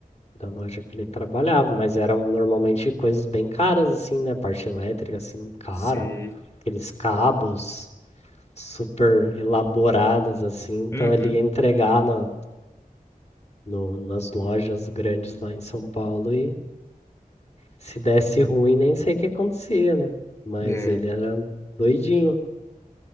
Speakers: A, on the left; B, on the left.
A: da loja que ele trabalhava, mas eram normalmente coisas bem caras, assim, né? Parte elétrica, assim, cara,
B: sei.
A: aqueles cabos super elaborados, assim. Então
B: Uhum.
A: ele ia entregar na no- nas lojas grandes lá em São Paulo e se desse ruim, nem sei o que acontecia, né? Mas
B: É,
A: ele era doidinho.